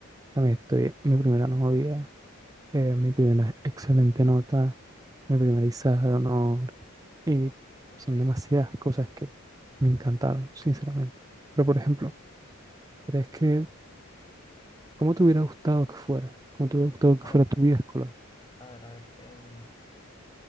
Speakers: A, on the right (about 15°); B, on the left (about 20°).
A: También estoy mi primera novia, eh, mi primera excelente nota, mi primera izada de honor y
B: Ok.
A: son demasiadas cosas que me encantaron, sinceramente. Pero por ejemplo, ¿crees que ¿Cómo te hubiera gustado que fuera? ¿Cómo te hubiera gustado que
B: A
A: fuera
B: ver,
A: tu vida escolar?
B: a ver, a ver. em,